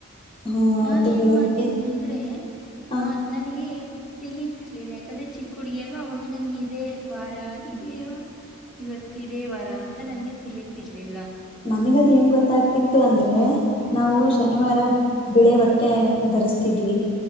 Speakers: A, on the left; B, in the centre.
A: ಹ್ಮ
B: ನಾನ
A: ಅವತ್ತು
B: ಏನ್
A: ಬೆಳಿಗ್ಗೆ
B: ಮಾಡ್ತಿದ್ದನಿ ಅಂದ್ರೆ
A: ಹ
B: ಅಹ ನನಗೆ ತಿಳತಿರ್ಲಿಲ್ಲ ಯಾಕಂದ್ರೆ ಚಿಕ್ಕ ಹುಡುಗಿ ಅಲ್ವಾ ಅವಾಗ ನನ್ಗೆ ಇದೇ ವಾರ ಇದೇವ ಇವತ್ತ ಇದೇ ವಾರ ಅಂತ ನಂಗೆ ತಿಳತಿರ್ಲಿಲ್ಲ
A: ನನ್ ಗದ್ ಹೆಂಗ್ ಗೊತ್ತಾಗ್ತಿತ್ತು ಅಂದ್ರೆ ನಾವು
B: ಆ,
A: ಶನಿವಾರಬ ಬಿಳೆ ಬಟ್ಟೆ ಧರಿಸಸ್ತಿದ್ವಿ